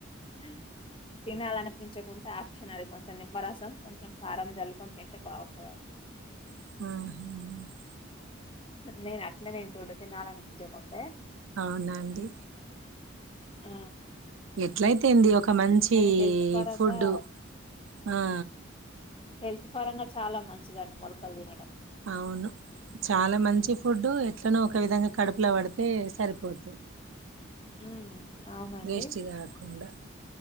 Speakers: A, on the left; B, on the right.
A: హ తినాలనిపించకుంటే ఆప్షన్ అది కొంచెం నిమ్మరసం, కొంచెం కారం జల్లుకొని తింటే బాగుంటదండి.
B: అహ్యు
A: నేను అట్నేతింటుండే తినాలనిపించకుంటే.
B: అవునాండి
A: ఆ
B: ఎట్లయితేంది ఒక మంచి
A: కానీ హెల్త్ పరంగా
B: ఫుడ్ ఆ.
A: హెల్త్ పరంగా చాలా మంచిదండి మొలకలు తినడం.
B: అవును చాలా మంచి ఫుడ్ ఎట్లనో ఒక విధంగా కడుపులా పడ. తే సరిపోతు
A: ఉమ్ అవునండి
B: వేస్ట్ కాకుండ.